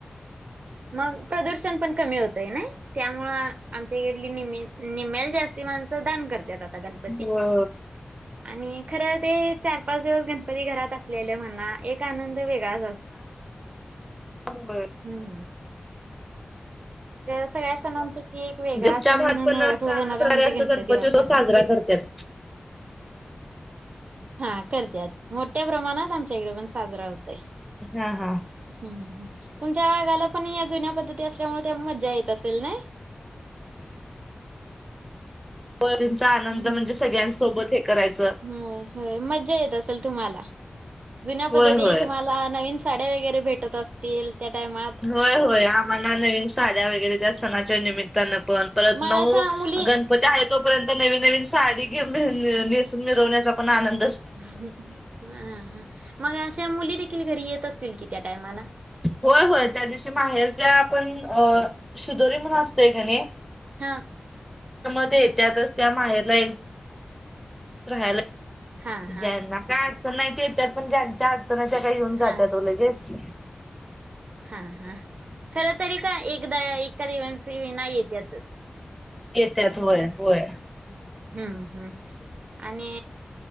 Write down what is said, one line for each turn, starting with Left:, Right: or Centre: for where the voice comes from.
Right: मग प्रदूषण पण कमी होतय ना त्यामुळे आमच्या कडली निमी निमेल जास्ती माणसं दान करतात आता गणपती
Centre: होय
Right: आणि खरं ते चार पाच दिवस गणपती घरात असलेले म्हणा एक आनंद वेगळा.
Centre: होय
Right: <unintelligible> सगळ्या सणांपैकी एक वेगळा
Centre: तुमच्या
Right: सण
Centre: भागात
Right: म्हणून
Centre: पण
Right: ओळखला
Centre: चांगल्या
Right: जाणारा
Centre: प्रकारे
Right: म्हणजे
Centre: असं
Right: गणपती बाप्पा.
Centre: उत्सव
Right: <unintelligible>
Centre: साजरा करतात
Right: हा करतत मोठ्या प्रमाणात आमच्याकडे पण साजरा होतोय.
Centre: हा हा.
Right: हम्म तुमच्या भागाला पण या जुन्या पद्धती असल्यामुळे त्या मज्जा येत असेल ना. <unintelligible>
Centre: त्यांचा आनंद
Right: हम्म
Centre: म्हणजे सगळ्यांसोबत हे करायचं
Right: हम हो मज्जा येत असेल तुम्हाला जुन्या
Centre: होय
Right: पद्धती
Centre: होय
Right: तुम्हाला नवीन साड्या वगैरे भेटत असतील त्या टायमात.
Centre: होय होय आम्हाला नवीन साड्या वगैरे त्या सणाच्या निमित्तानं पण परत
Right: मग
Centre: नऊ
Right: अशा मुली
Centre: गणपती आहे तोपर्यंत नवीन नवीन साडी घे नेसून मिरवण्याचा पण आनंद
Right: ह हा हा मग अशा मुली देखील घरी येत असतील कि त्या टायमाला
Centre: होय होय त्या दिवशी माहेर ज्या आपण अ शिदोरी म्हणून असतोय गणे
Right: हा
Centre: मध्ये त्यातच त्या माहेर ला येल राहाला
Right: हा हा
Centre: ज्यांना काय अडचण नाहीती तर पण च आठ जणच्या काय येऊन जातात
Right: हा.
Centre: लगेच
Right: हा हा खर तरी का एकदा एका दिवस नाही येत यातच
Centre: येत्यात होय होय
Right: हम्म हम् आणि